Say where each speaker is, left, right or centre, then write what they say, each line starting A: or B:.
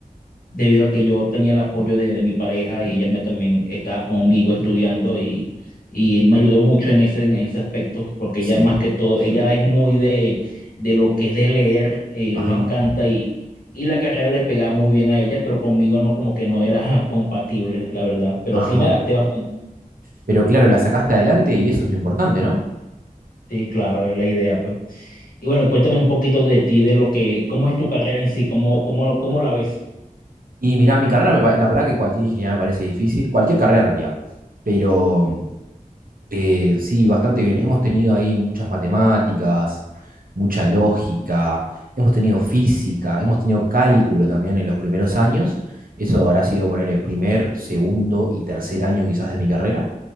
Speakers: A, on the left; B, on the right.
A: debido a que yo tenía el apoyo de, de mi pareja y ella me también estaba conmigo estudiando y, y me ayudó mucho en ese, en ese aspecto, porque
B: Sí.
A: ella más que todo, ella es muy de, de lo que es de leer, eh,
B: Ajá,
A: le encanta y, y la carrera le pegaba muy bien a ella, pero conmigo no como que no era <laughs> compatible, la verdad, pero
B: ajá.
A: sí me adapté bastante.
B: Pero claro, la sacaste adelante y eso es lo importante, ¿no?
A: Sí, claro, es la idea, pues. Y bueno, cuéntame un poquito de ti, de lo que, cómo es tu carrera en sí, cómo, cómo, cómo la ves.
B: Y mirá, mi carrera, me pa- la verdad que cualquier ingeniería me parece difícil, cualquier carrera en realidad. Pero eh, sí, bastante bien. Hemos tenido ahí muchas matemáticas, mucha lógica, hemos tenido física, hemos tenido cálculo también en los primeros años. Eso habrá sido por el primer, segundo y tercer año quizás de mi carrera.